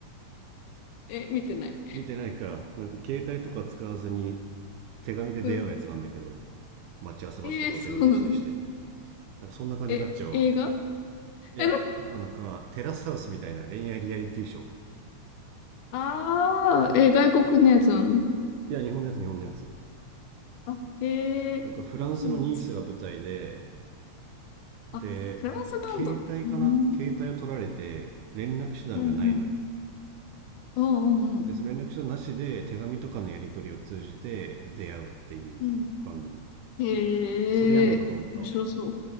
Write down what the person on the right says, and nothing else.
見てないか。なんか携帯とか使わずに手紙で出会うやつなんだけど、
待ち合わせ場所とかを手紙で指定して。
なんかそんな感じになっちゃうわ。
いや、
なんかテラスハウスみたいな恋愛リアリティショー。
いや、日本のやつ、日本のやつ。
なんかフランスのニースが舞台で、
で、
携帯かな携帯を取られて連絡手段がないのよ。
でその連絡手段なしで手紙とかのやり取りを通じて出会うっていう番組
それやんのかと思ったわ